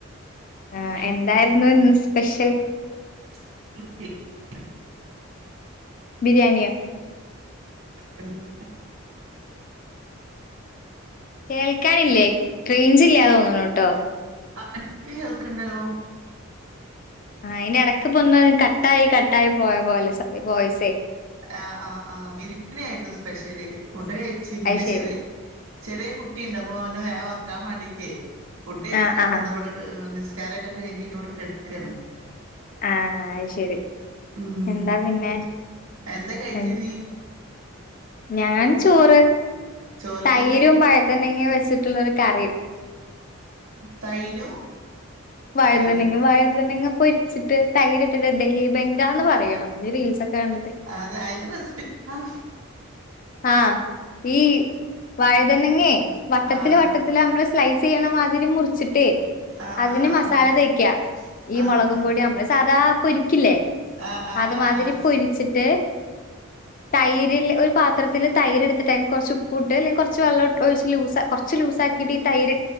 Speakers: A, on the left; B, on the right.
A: ആ
B: കഴിച്ച്
A: എന്തായിരുന്നു ഇന്ന് സ്പെ സ്പെഷ്യൽ
B: <unintelligible>
A: ബിരിയാണിയൊ
B: ചിക്കൻ ബിരി <unintelligible>
A: കേൾക്കാനില്ലേ റേഞ്ച്‌ ഇല്ലാന്ന്തോന്നുണ് ട്ടോ
B: എനിക്ക് കേൾക്ക്‌ണ്ടല്ലോ
A: ആ അതിന്റെ ഇടക്ക് പ്പ ഒന്ന് കട്ടായി കട്ടായി പോയ പോലെ വോയിസേ
B: ആ ആ ആ ബിരിയാണി ആയിരുന്നു സ്പെഷ്യല് ഫുഡ് കഴിച്ച് പിന്നെ
A: അത് ശെരി
B: ചെറിയ ചെറിയ കുട്ടിയുണ്ട് അപ്പൊ അവനെ വേ ഒർക്കാൻ വേണ്ടീട്ടേ ഫുഡ്കഴിച്ച്
A: ആഹ്
B: കാണ്ട്
A: ആഹ്
B: വന്നവിടെ നിസ് ചാരൊക്കെ കഴിഞ്ഞിട്ട് ഇവിടെ കെടുക്കാണ്
A: ആ അയ്ശരി
B: ഉം
A: എന്താ പിന്നെ
B: എന്താ കഴിച്ച്
A: എൻ
B: നീ
A: ഞാൻ ചോറ്
B: ചോറ്ക്കെന്താ
A: തൈരും
B: കൂട്ട്
A: വഴതണങ്ങ വെച്ചിട്ടുള്ളരു കറിയും
B: തൈരും
A: വഴുതനങ്ങ
B: പൈതൽ
A: വഴുതനങ്ങ പൊരിച്ചിട്ട് തൈരി <unintelligible> ഹീ ബം രാന്ന് പറയോ നമ്മൾ റീൽസ് ഒക്കെ കണ്ടിട്ട്
B: അത് അയിന്റെ റെസിപ്പി ആഹ്
A: ആ ഈ വഴതന്നങ്ങേ വട്ടത്തില്
B: ആഹ്
A: വട്ടത്തില് നമ്മള് സ്ലൈ സീണ മാതിരി മുറിച്ച ട്ടെ
B: ആഹ്
A: അതിന്
B: ആഹ്
A: മസാല
B: ആഹ്
A: തേക്ക ഈ
B: ആഹ്
A: മുളകും പൊടി നമ്മള് സാദാ പൊരിക്കില്ലേ
B: ആഹ്
A: അത് മതിരി
B: ആഹ് ആഹ് ആഹ്
A: പൊരിച്ചിട്ട് തൈരില് ഒരു തില് തൈര് എടുത്തിട്ട് അതില് കുറച്ച് ചുപ്പൂട്ട് അല്ലങ്ക കുറച്ച് വെള്ളട്ട് ഓ ഇച്ചിരി ലൂസ് കുറച്ച് ലൂസാക്കി ടി തൈര്